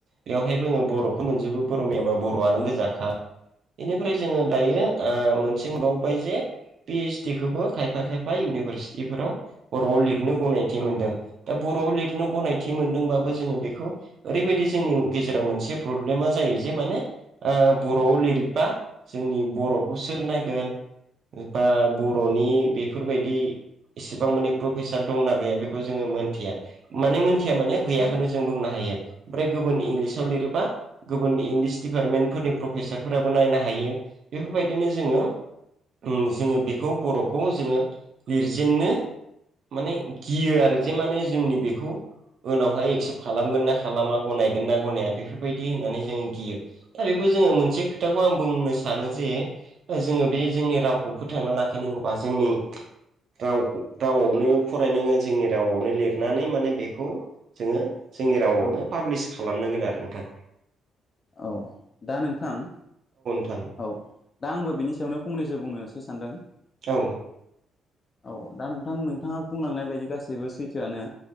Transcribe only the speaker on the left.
औ
औ
औ
औ
औ
औ दा नोंथां-
औ दा आंबो बिनि सायावनो फंनैसो बुंनोसै सानदों-
औ दा नोंथां नोंथाङा बुंलांनाय बायदि गासैबो सैथोआनो।